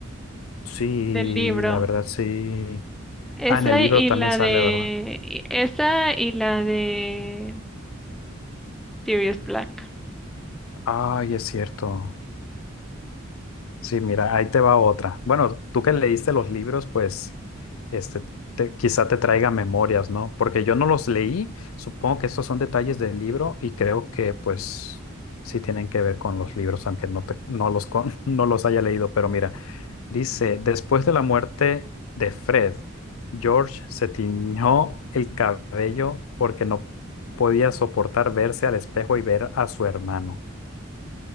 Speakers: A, on the left; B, in the centre.
A: sí,
B: del libro.
A: la verdad, sí.
B: Esa
A: Ah, en el libro
B: y
A: también
B: la
A: sale,
B: de...
A: ¿verdad?
B: y- Esa y la de Sirius Black.
A: Ay, es cierto. Sí, mira, ahí te va otra. Bueno, tú que leíste los libros, pues, este, te- quizá te traiga memorias, ¿no? Porque yo no los leí. Supongo que estos son detalles del libro y creo que, pues, sí tienen que ver con los libros, aunque no te- no los con, <laughs> no los haya leído. Pero mira. Dice, después de la muerte de Fred, George se tiñó el cabello porque no podía soportar verse al espejo y ver a su hermano.